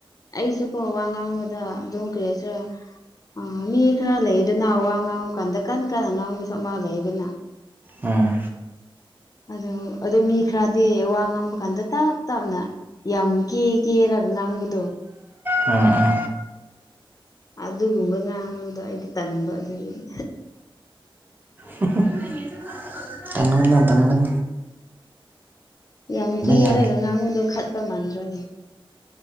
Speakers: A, on the left; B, on the right.
A: ꯑꯩꯁꯨꯀꯣ ꯋꯥ ꯉꯥꯡꯕꯗ ꯑꯗꯨꯝ ꯀꯔꯤꯍꯥꯏꯁꯤꯔꯥ ꯑꯥ ꯃꯤ ꯈꯔ ꯂꯩꯌꯦꯗꯅꯥ ꯋꯥ ꯉꯥꯡꯕ ꯀꯥꯟꯗ ꯀꯟ ꯀꯟꯅ ꯉꯥꯡꯕꯁꯨ ꯑꯃꯥ ꯂꯩꯗꯅ꯫
B: ꯑꯣ
A: ꯑꯗꯣ ꯑꯗꯨ ꯃꯤ ꯈꯔꯗꯤ ꯋꯥ ꯉꯥꯡꯕ ꯀꯥꯟꯗ ꯇꯥꯞ ꯇꯥꯞꯅ ꯌꯥꯝ ꯀꯦ ꯀꯦꯔꯒ ꯉꯥꯡꯕꯗꯨ
B: ꯎꯝ ꯎꯝ
A: ꯑꯗꯨꯒꯨꯝꯕ ꯉꯥꯡꯕꯗꯣ ꯑꯩꯗꯤ ꯇꯟꯕ ꯑꯗꯨꯒꯤꯅꯤ꯫
B: ꯍꯍ ꯇꯟꯒꯅꫭ-ꯇꯟꯒꯅꫭ꯫
A: ꯌꯥꯝ ꯀꯦꯔꯒ
B: ꯌꯥꯗꯦ
A: ꯉꯥꯕꯗꯣ ꯈꯠꯄ ꯃꯥꯟꯗ꯭ꯔꯣꯅꯦ꯫